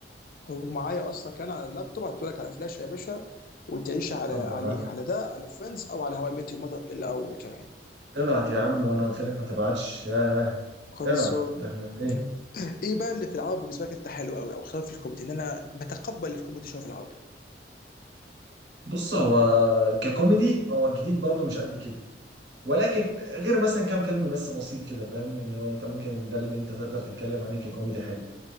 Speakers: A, on the left; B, on the right.
A: ومعايا اصلا كان على اللابتوب هتقولك على فلاش يا باشا وتعيش على
B: اتفضل،
A: عليه
B: ابعت
A: على ده على فريندز او على هواي ميت يور ماذر الاول كمان
B: ابعت يا عم وانا قلت لك ما تبعتش ياه
A: خلصون
B: ابعت ده احنا في ايه
A: <laughs> ايه بقى اللي في العربي بالنسبه لك انت حلو قوي او خصوصا في الكوميدي ان انا بتقبل الكوميدي شويه في العربي
B: بص هو ككوميدي هو جديد برضه مش قد كده ولكن غير مثلا كام فيلم بس بسيط كده فاهم يعني هو انت ممكن ده اللي انت تقدر تتكلم عليه ككوميدي حلو